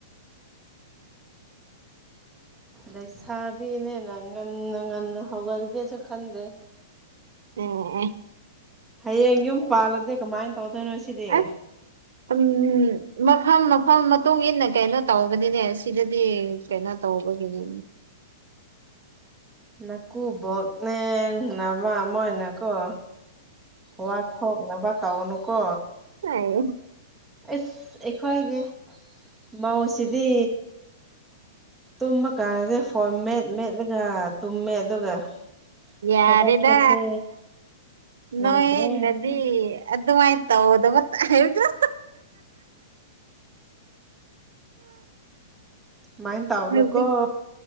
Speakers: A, in the centre; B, on the right.
A: ꯂꯩꯁꯥꯕꯤꯅꯦꯅ ꯉꯟꯅ ꯉꯟꯅ ꯍꯧꯒꯠꯒꯦꯁꯨ ꯈꯟꯗꯦ
B: ꯎꯝ ꯎꯝ
A: ꯍꯌꯦꯡ ꯌꯨꯝ ꯄꯥꯜꯂꯗꯤ ꯀꯃꯥꯏ ꯇꯧꯗꯣꯏꯅꯣ ꯁꯤꯗꯤ
B: ꯑꯁ ꯎꯝ ꯃꯐꯝ ꯃꯐꯝ ꯃꯇꯨꯡ ꯏꯟꯅ ꯀꯩꯅꯣ ꯇꯧꯕꯅꯤꯅꯦꯁ ꯁꯤꯗꯗꯤ ꯀꯩꯅꯣ ꯇꯧꯕꯒꯤꯅꯦ
A: ꯅꯀꯨꯕꯣꯛꯅꯦ ꯅꯥꯃꯥ ꯃꯣꯏꯅꯀꯣ ꯋꯥ ꯊꯣꯛꯅꯕ ꯇꯧꯅꯨꯀꯣ
B: ꯑꯥꯏ
A: ꯏꯁ ꯑꯩꯈꯣꯏꯒꯤ ꯃꯧꯁꯤꯗꯤ ꯇꯨꯝꯕ ꯀꯥꯟꯗꯗꯤ ꯐꯣꯟ ꯃꯦꯠ ꯃꯦꯠꯂꯒ ꯇꯨꯝꯃꯦ ꯑꯗꯨꯒ
B: ꯌꯥꯔꯦꯗ
A: ꯍꯧꯒꯠꯄꯁꯦ ꯉꯝꯗ꯭ꯔꯦꯅ
B: ꯅꯣꯏꯅꯗꯤ ꯑꯗꯨꯃꯥꯏꯅ ꯇꯧꯗꯕ ꯍꯥꯏꯔꯛꯀꯅꯨ
A: ꯁꯨꯃꯥꯏꯅ ꯇꯧꯅꯨꯀꯣ
B: ꯍꯧꯖꯤꯛ